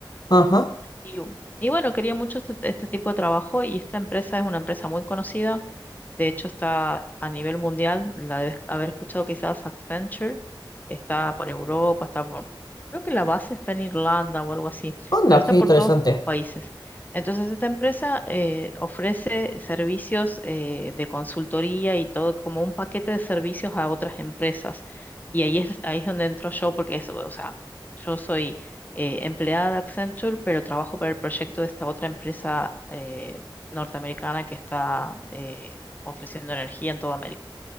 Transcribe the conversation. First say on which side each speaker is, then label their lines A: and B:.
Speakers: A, on the left (about 50°); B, on the left (about 20°).
A: Ajá.
B: Y, y bueno, quería mucho este, este tipo de trabajo y esta empresa es una empresa muy conocida de hecho, está a nivel mundial, la debes haber escuchado quizás Accenture, está por Europa, está por... Creo que la base está en Irlanda o algo así,
A: Anda,
B: pero está
A: qué interesante.
B: por todos los países. Entonces, esta empresa eh, ofrece servicios eh, de consultoría y todo como un paquete de servicios a otras empresas. Y ahí es, ahí es donde entro yo, porque es, o sea, yo soy eh, empleada de Accenture, pero trabajo para el proyecto de esta otra empresa eh, norteamericana que está... eh, ofreciendo energía en toda América.